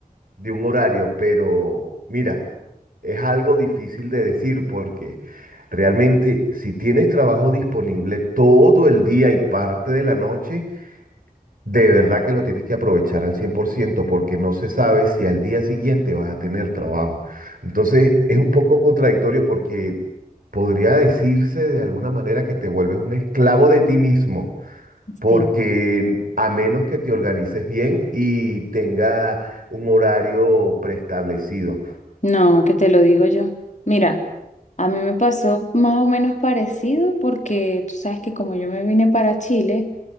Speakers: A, on the right; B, on the left.
A: de un horario, pero mira, es algo difícil de decir porque realmente si tienes trabajo disponible todo el día y parte de la noche, de verdad que lo tienes que aprovechar al 100% porque no se sabe si al día siguiente vas a tener trabajo. Entonces es
B: Mm.
A: un poco contradictorio porque podría decirse de alguna manera que te vuelves un esclavo de ti mismo, porque
B: Sí,
A: a menos que te organices bien y tenga un horario preestablecido.
B: no, que te lo digo yo. Mira, a mí me pasó más o menos parecido porque tú sabes que como yo me vine para Chile,